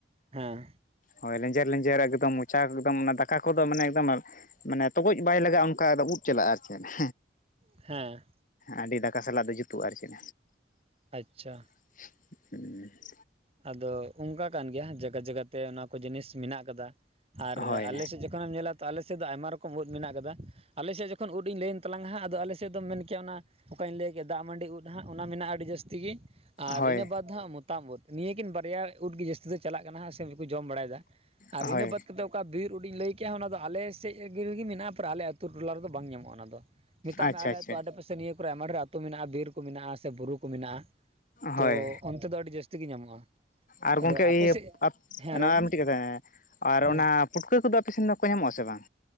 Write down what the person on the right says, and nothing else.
ᱦᱮᱸ
ᱦᱮᱸ
ᱟᱪᱪᱷᱟ
ᱟᱫᱚ ᱚᱱᱠᱟ ᱠᱟᱱ ᱜᱮᱭᱟ ᱡᱟᱜᱟ ᱡᱟᱜᱟᱛᱮ ᱚᱱᱟ ᱠᱚ ᱡᱤᱱᱤᱥ ᱢᱮᱱᱟᱜ ᱟᱠᱟᱫᱟ ᱟᱨ
ᱟᱞᱮ ᱥᱮᱫ ᱡᱚ ᱼᱼ ᱧᱮᱞᱟ ᱛᱚ ᱟᱞᱮ ᱥᱮᱫ ᱫᱚ ᱟᱭᱢᱟ ᱨᱚᱠᱚᱢ ᱩᱫ ᱢᱮᱱᱟᱜ ᱟᱠᱟᱫᱟ, ᱟᱞᱮ ᱥᱮᱫ ᱡᱚᱠᱷᱚᱱ ᱩᱫ ᱤᱧ ᱞᱟᱹᱭᱟᱢ ᱛᱟᱞᱟᱝᱼᱟ ᱦᱟᱸᱜ ᱟᱫᱚ ᱟᱞᱮ ᱥᱮᱫ ᱫᱚᱢ ᱢᱮᱱ ᱠᱮᱭᱟ ᱚᱱᱟᱼᱼ ᱚᱠᱟᱧ ᱞᱟᱹᱭ ᱠᱮᱫ ᱫᱟᱜ ᱢᱟᱹᱰᱤ ᱩᱫ ᱦᱟᱸᱜ ᱚᱱᱟ ᱢᱮᱱᱟᱜᱼᱟ ᱟᱹᱰᱤ ᱡᱟᱹᱥᱛᱤ ᱜᱮ ᱾ ᱟᱨ
ᱤᱱᱟᱹ ᱵᱟᱫᱽ ᱫᱚ ᱦᱟᱸᱜ ᱢᱚᱛᱟᱢ ᱩᱫ ᱱᱤᱭᱟᱹᱠᱤᱱ ᱵᱟᱨᱭᱟ ᱩᱫ ᱜᱮ ᱡᱟᱹᱥᱛᱤ ᱫᱚ ᱪᱟᱞᱟᱜ ᱠᱟᱱᱟ ᱦᱟᱸᱜ ᱥᱮᱠᱚ ᱡᱚᱢ ᱵᱟᱲᱟᱭᱮᱫᱟ ᱾ ᱟᱨ
ᱤᱱᱟᱹ ᱵᱟᱫ ᱠᱟᱛᱮᱫ ᱼᱼ ᱚᱠᱟ ᱵᱤᱨ ᱩᱰᱤᱧ ᱞᱟᱹᱭ ᱠᱮᱜᱼᱟ ᱚᱱᱟᱫᱚ ᱟᱞᱮ ᱥᱮᱫ ᱨᱮᱜᱮ ᱢᱮᱱᱟᱜᱼᱟ ᱯᱟᱨᱟ ᱟᱞᱮ ᱟᱹᱛᱩ ᱴᱚᱞᱟ ᱨᱮᱫᱚ ᱵᱟᱝ ᱧᱟᱢᱚᱜᱼᱟ, ᱚᱱᱟᱫᱚ᱾ ᱢᱮᱛᱟᱜ
ᱢᱮ ᱟᱞᱮ
ᱟᱹᱛᱩ ᱟᱰᱮ ᱯᱟᱥᱮ ᱱᱤᱭᱟᱹ ᱠᱚᱨᱮ ᱟᱭᱢᱟ ᱰᱷᱮᱨ ᱟᱹᱛᱩ ᱢᱮᱱᱟᱜᱼᱟ, ᱵᱤᱨ ᱠᱚ ᱢᱮᱱᱟᱜᱼᱟ ᱥᱮ ᱵᱩᱨᱩ ᱠᱚ ᱢᱮᱱᱟᱜᱼᱟ᱾
ᱛᱚ ᱚᱱᱛᱮ ᱫᱚ ᱟᱹᱰᱤ ᱡᱟᱹᱥᱛᱤ ᱜᱮ ᱧᱟᱢᱚᱜᱼᱟ᱾
ᱟᱫᱚ
ᱟᱯᱮ
ᱥᱮᱫ
ᱦᱮᱸ ᱨᱚᱲ
ᱢᱮ
ᱦᱮᱸ